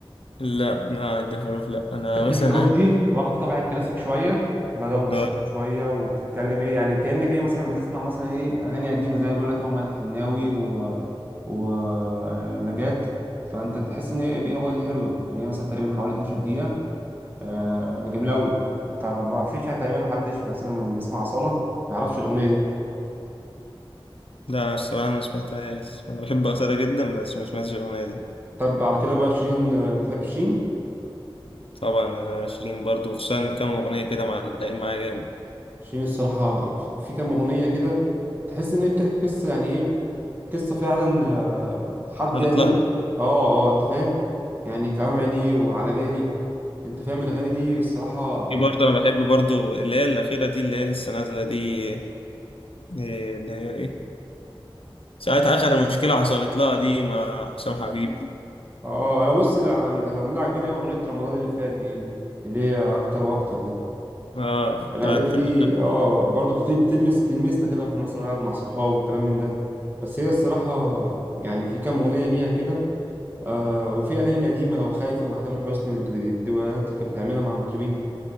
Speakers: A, on the left (about 75°); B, on the right (about 20°).
A: لا ما عندها حروف. لا انا
B: قد
A: مثلا
B: الحروف
A: عايش
B: دي واخدة طابع الكلاسيك شوية مدام موسيقى
A: لا
B: شوية وبتتكلم إيه يعني كأنك إيه مثلا بتسمع مثلا إيه أغاني قديمة زي ما بقول لك أهو مدحت الحناوي و... ونجاة فأنت تحس إن إيه إيه الأغنية دي حلوة يعني هي مثلا تقريبا حوالي 12 دقيقة آه يعني جميلة أوي أنت ما فيش يعني تقريبا محدش مثلا من اللي بيسمع أصالة ما يعرفش الأغنية دي
A: لا، الصراحه ما سمعتهاش انا بحب اصاله جدا بس ما سمعتش الاغنيه دي
B: طب على كده بقى شيرين آه، بتحب شيرين؟
A: طبعا ده أنا شيرين برضو وخصوصا كام أغنية كده معلقين معايا جامد
B: شيرين الصراحة في في كام أغنية كده تحس إن هي بتحكي قصة يعني إيه قصة فعلا آه، حد
A: صارت
B: يعني
A: لها
B: إيه آه آه أنت فاهم يعني كلام عينيه وعلى بالي أنت فاهم الأغاني دي الصراحة
A: في
B: آه
A: برضه أنا بحب برضو اللي هي الأخيرة دي اللي هي لسه نازلة دي إيه اللي هي إيه ساعة آخر مشكلة حصلت لها دي مع حسام حبيب
B: آه، أنا بص لا، أنا كان الأغنية اللي عجباني أوي أغنية رمضان اللي فات دي اللي هي أكتر وأكتر دي
A: آه
B: الأغاني
A: بتاعت
B: دي
A: ال-
B: آه برضو بت- بتلمس بتلمسنا كده إحنا مثلا قاعد مع صحاب وكلام من ده بس هي الصراحة يعني في كام أغنية ليها كده آه وفي اغاني القديمه لو خايفه مع تامر حسني والدو- والدوات اللي كانت بتعملها مع المطربين دي